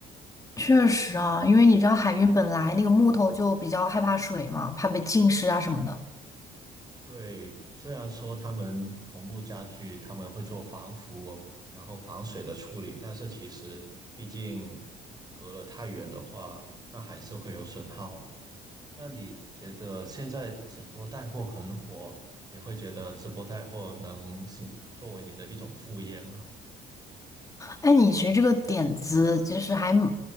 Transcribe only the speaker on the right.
对，虽然说他们红木家具他们会做防腐，然后防水的处理，但是其实毕竟隔了太远的话，那还是会有损耗。那你觉得现在直播带货很火，你会觉得直播带货能行作为你的一种副业吗？